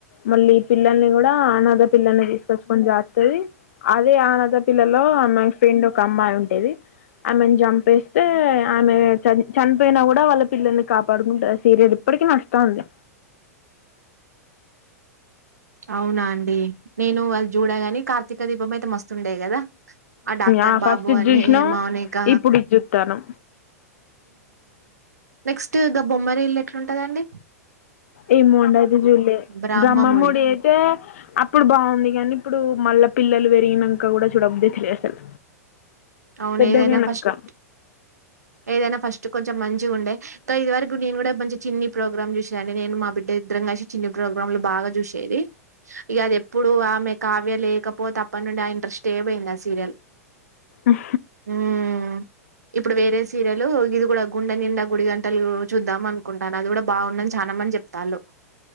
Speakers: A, on the left; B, on the right.
A: మళ్ళీ ఈ పిల్లల్ని కూడా అనాధ పిల్లలని తీసుకొచ్చుకొని సాకుతాది అదే అనాధ పిల్లలో ఆమె ఫ్రెండ్ ఒక అమ్మాయి ఉంటది ఆమెను చంపేస్తే ఆమె చ చనిపోయినా కూడా వాళ్ళ పిల్లల్ని కాపాడుకుంటాది సీరియల్ ఇప్పటికిీ నడుస్తా ఉంది
B: అవునా అండి నేను వాళ్ళ చూడగాని కార్తీక దీపం మస్తుండేయి కదా డాక్టర్
A: ఆ
B: బాబు
A: ఫస్ట్ ఇ
B: అని
A: చూసినా
B: మౌనిక
A: ఇప్పుడు ఇ కుత్తనుం
B: నెక్స్ట్ ద బొమ్మరి ఇల్లు ఎట్లాంటుందండి
A: ఏ మండది జూలేె
B: బ్రహ్మముడి
A: బ్రహ్మమూడి అయితే అప్పుడు బాగుంది కానీ ఇప్పుడు మళ్ల పిల్లలు పెరిగినక కూడా చూడబద్దు తెలిదు అసలు
B: అవును
A: పెద్దగైనంక
B: ఏదైనా ఫస్ట్ ఏదైనా ఫస్ట్ కొంచెం మంచిగా ఉండే ఇది వరకు నేను కూడా మంచి చిన్ని ప్రోగ్రామ్ చూసేదిండి నేను మా బిడ్డ ఇద్దరం కసి చిన్ని ప్రోగ్రామ్లు బాగా చూసేది ఇక అది ఎప్పుడు ఆమె కావ్యలే పో తప్పండ ఆ ఇంట్రస్ట్ ఏ పోయింద సీరియల్
A: ఆ
B: మ్మ్ ఇప్పుడు వేరే సీరయలు ఇది కూడా గుండె నిండా గుడి గంటలు చూద్దాం అనుకుంటాను అది కూడా బాగుందని చాలామని చెప్తాళ్ళు